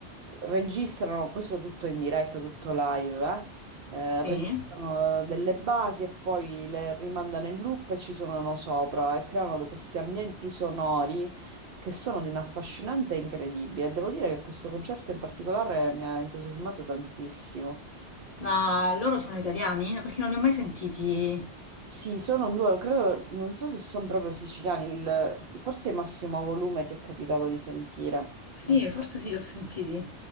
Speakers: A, on the right (about 60°); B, on the left (about 40°).
A: registrano questo tutto in diretta, tutto live, eh? Eh,
B: Sì?
A: registrano delle basi e poi le rimandano in loop e ci suonano sopra e creano questi ambienti sonori che sono di un affascinante e incredibile. Devo dire che questo concerto in particolare mi ha entusiasmato tantissimo.
B: Ma loro sono italiani? No, Perché non li ho mai sentiti.
A: Sì, sono un duo, credo, non so se sono proprio siciliani, il- forse Massimo Volume ti è capitato di sentire.
B: Sì,
A: Non-
B: forse
A: so.
B: sì, li ho sentiti.